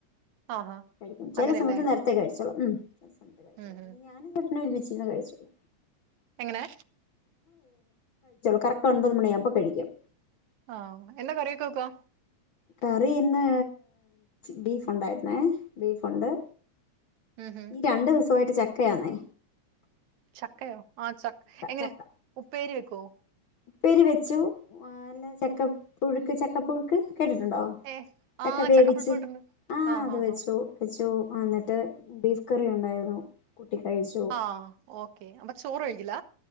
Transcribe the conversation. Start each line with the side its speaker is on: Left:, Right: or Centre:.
Right: ആഹാ
Left: കഴിക്കും ചില
Right: അങ്ങനെയല്ലേ
Left: സമയത്തു നേരത്തെ കഴിക്കും മ്മ്
Right: ഉം ഉം
Left: <inaudible> ഞാനും ഒരുമിച്ചു ഇരുന്നു കഴിച്ചോളും
Right: എങ്ങനെ
Left: കറക്റ്റ് ഒമ്പതു മണിയാകുമ്പോ കഴിക്കും
Right: ആ എന്താ കറി ഒക്കെ വെക്കുക
Left: കറി ഇന്ന് ബീഫ് ഉണ്ടായിരുന്നു ബീഫ് ഉണ്ട്
Right: ഉം ഉം
Left: രണ്ടു ദിവസം ആയിട്ട് ച- ക്കയാണേ
Right: ചക്കയോ ആ ചക്ക എങ്ങനെ
Left: ചക്ക
Right: ഉപ്പേരി വെക്കുവോ
Left: ഉപ്പേരി വെച്ചു ചക്ക പുഴുക്ക് ചക്ക പ്പുഴുക്ക് കേട്ടിട്ടുണ്ടോ
Right: ഏ
Left: ചക്ക
Right: ആ
Left: വേവിച്ചു
Right: ചക്കപ്പുഴുക്കുവെട്ടുണ്ട്
Left: ആ അത്
Right: ഹാ
Left: വെച്ചു
Right: ഹാ
Left: വെച്ചു എന്നിട്ട് ബീഫ് കറി ഉണ്ടായിരുന്നു കഴിച്ചു
Right: ആ ഓക്കേ അപ്പം ചോറ് കഴി- ക്കില്ല